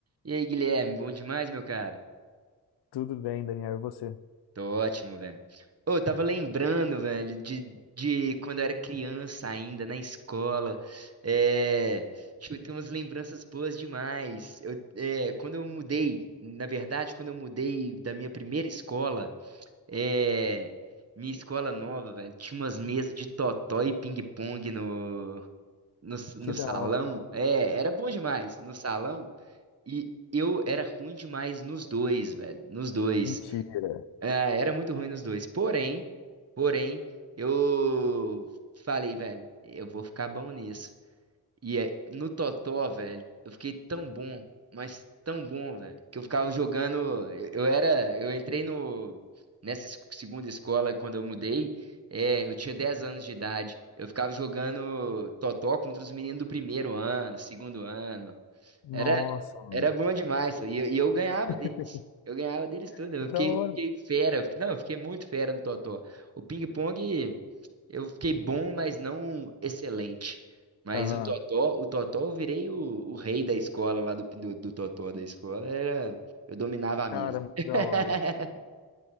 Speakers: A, on the right; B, on the left.
A: E aí, Guilherme, bom demais, meu cara?
B: Tudo bem, Daniel, e você?
A: Tô ótimo, velho. Ô, eu tava lembrando, velho, de, de quando eu era criança ainda, na escola. É, tipo, tem umas lembranças boas demais. Eu, é, quando eu mudei, na verdade, quando eu mudei da minha primeira escola, é, minha escola nova, velho, tinha umas mesas de totó e ping-pong no, no, no
B: Que
A: salão.
B: da hora. mano.
A: É, era bom demais. No salão. E eu era ruim demais nos dois, velho. Nos dois.
B: Mentira.
A: Ah, era muito ruim nos dois. Porém, porém, eu falei, velho, eu vou ficar bom nisso. E é, no Totó, velho, eu fiquei tão bom, mas tão bom, velho, que eu ficava jogando. Eu, eu era. Eu entrei no. Nessa es- segunda escola, quando eu mudei, é, eu tinha 10 anos de idade. Eu ficava jogando Totó contra os meninos do primeiro ano, segundo ano.
B: Nossa,
A: Era,
B: mano.
A: era bom demais, pô. e eu, e eu ganhava
B: <laughs>
A: deles. Eu ganhava deles tudo. Eu
B: Que
A: fiquei,
B: da hora.
A: eu fiquei fera. eu fiquei- não, eu fiquei muito fera no totó. O ping-pong, eu fiquei bom, mas não excelente. Mas
B: Aham.
A: o totó, o totó, eu virei o, o rei da escola lá do, do, do totó da escola. Era, eu dominava a mesa.
B: Cara, muito
A: <laughs>
B: da hora.